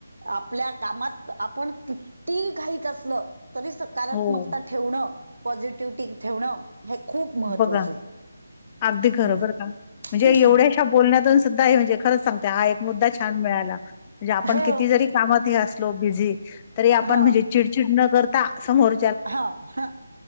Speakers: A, on the right; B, on the left.
A: आपल्या कामात, आपण किती घाईत असलं तरी, सकारात्मकता
B: हो.
A: टिक ठेवण, पॉझिटिव्हिटी ठेवणं हे खूप महत्त्वाचं
B: बघा
A: आहे.
B: अगदी खरं बरं
A: <inaudible>
B: का. म्हणजे
A: हम्म
B: एवढ्याशा बोलण्यातून सुद्धा हे म्हणजे खरंच सांगते आहे. मुद्दा छान मिळाला म्हणजे आपण
A: हो
B: किती जरी कामात, हे असलो बिझी, तरी आपण
A: ह
B: म्हणजे चिड चीड न करता समोर
A: हा हा,